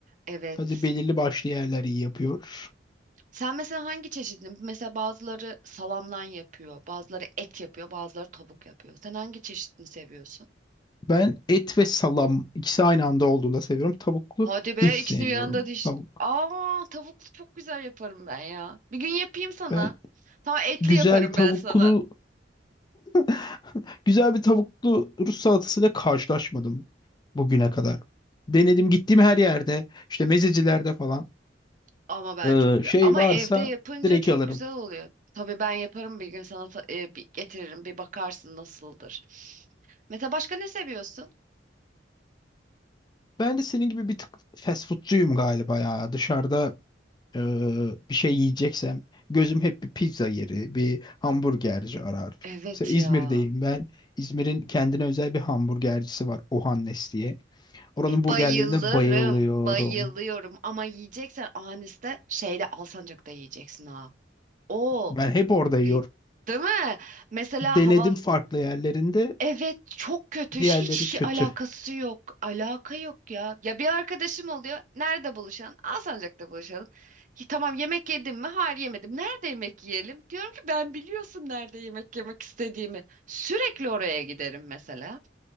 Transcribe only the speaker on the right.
Evet.
Sen mesela hangi çeşidini? Mesela bazıları salamdan yapıyor, bazıları et yapıyor, bazıları tavuk yapıyor. Sen hangi çeşidini seviyorsun?
Hadi be
ikisini bir anda diş.
Aa tavuklu çok güzel yaparım ben ya. Bir gün yapayım sana.
Tamam etli
yaparım
ben sana.
Ama ben
çok
ama
evde yapınca
çok
güzel oluyor. Tabii ben yaparım bir gün sana ta- e, bir getiririm bir bakarsın nasıldır. Mete başka ne seviyorsun?
Evet
ya.
Bayılırım,
bayılıyorum ama yiyeceksen Anis'te şeyde Alsancak'ta yiyeceksin ha. O
pe- değil mi? Mesela
hava
Evet çok kötü hiç
alakası yok alaka yok ya ya bir arkadaşım oluyor nerede buluşalım Alsancak'ta buluşalım Ki tamam yemek yedim mi hayır yemedim nerede yemek yiyelim diyorum ki ben biliyorsun nerede yemek yemek istediğimi sürekli oraya giderim mesela